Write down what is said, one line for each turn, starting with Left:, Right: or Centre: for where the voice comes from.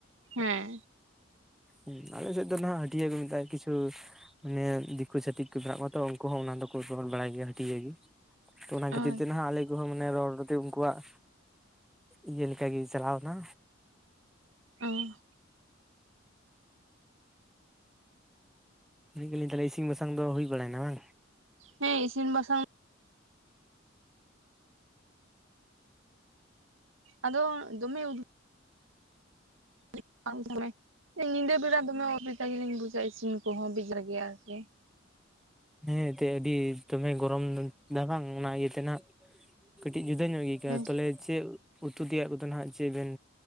Right: ᱦᱮᱸᱻ᱾
Centre: ᱦᱮᱸ ᱟᱞᱮ ᱥᱮᱫ ᱫᱚ ᱱᱟᱦᱟᱜ ᱦᱟᱹᱴᱤᱭᱟᱹᱠᱚ ᱢᱮᱛᱟᱜᱼᱟ᱾ ᱠᱤᱪᱷᱩ ᱚᱱᱮ ᱫᱤᱠᱩ ᱪᱷᱟᱹᱛᱤᱠ ᱠᱚ ᱢᱮᱱᱟᱜ ᱠᱚᱣᱟ ᱛᱚ ᱩᱱᱠᱩ ᱦᱚᱸ ᱚᱱᱟ ᱫᱚᱠᱚ ᱨᱚᱦᱚᱲ ᱵᱟᱲᱟᱭ ᱜᱮᱭᱟ ᱦᱟᱹᱴᱤᱭᱟᱹ ᱜᱮ᱾ ᱛᱚ ᱚᱱᱟ
Right: ᱚ
Centre: ᱠᱟᱛᱤᱨ ᱛᱮ ᱱᱟᱦᱟᱜ ᱟᱞᱮ ᱩᱱᱠᱩᱦᱚᱸ ᱢᱟᱱᱮ ᱨᱚᱲ ᱠᱟᱛᱮ ᱩᱱᱠᱩᱣᱟᱜ ᱤᱭᱟᱹ ᱞᱮᱠᱟ ᱜᱮ ᱪᱟᱞᱟᱣ ᱱᱟ᱾
Right: ᱚᱸᱻ
Centre: ᱢᱤᱫ ᱜᱮᱞᱤᱧ ᱛᱟᱦᱚᱞᱮ ᱤᱥᱤᱱ ᱵᱟᱥᱟᱝ ᱫᱚ ᱦᱩᱭ ᱵᱟᱲᱟᱭ ᱮᱱᱟ ᱵᱟᱝ?
Right: ᱦᱮᱸ ᱤᱥᱤᱱ ᱵᱟᱥᱟᱝ ᱟᱫᱚ ᱫᱚᱢᱮ ᱩᱫᱜᱟᱹᱨ᱾ <unintelligible> ᱫᱚᱢᱮ ᱧᱤᱫᱟᱹ ᱵᱮᱲᱟ ᱫᱚᱢᱮ ᱚᱵᱤᱫᱟ ᱜᱮᱞᱤᱧ ᱵᱩᱡᱟ ᱤᱥᱤᱱ ᱠᱚᱦᱚᱸ ᱵᱮᱡᱟ ᱜᱮᱭᱟ ᱟᱨᱠᱤ
Centre: ᱦᱮᱸ ᱮᱱᱛᱮᱫ ᱟᱹᱰᱤ ᱫᱚᱢᱮ ᱜᱚᱨᱚᱢ ᱮᱢ ᱫᱟ ᱵᱟᱝ ᱚᱱᱟ ᱤᱭᱟᱹᱛᱮ ᱱᱟᱱᱟᱜ ᱠᱟᱹᱴᱤᱡ ᱡᱩᱫᱟᱹ ᱧᱚᱜ ᱟᱹᱭᱠᱟᱹᱜᱼᱟ
Right: ᱦᱮᱸ
Centre: ᱛᱟᱦᱚᱞᱮ ᱪᱮᱫ ᱩᱛᱩ ᱛᱮᱭᱟᱜ ᱠᱚᱫᱚ ᱱᱟᱦᱟᱜ ᱪᱮᱫ ᱵᱮᱱ